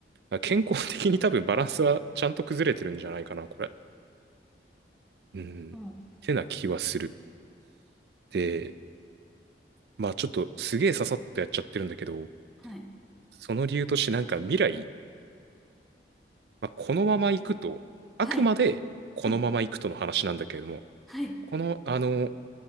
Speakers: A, on the right; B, in the centre.
A: ら健康的に多分バランスはちゃんと崩れてるんじゃないかな、これ。うん。
B: おう。
A: ってな気はする。で、まあちょっとすげえささっとやっちゃってるんだけど、
B: はい。
A: その理由としてなんか未来、まあ、このまま行くと、
B: はい。
A: あくまでこのまま行くとの話なんだけれども、
B: はい。はい。
A: この、あの、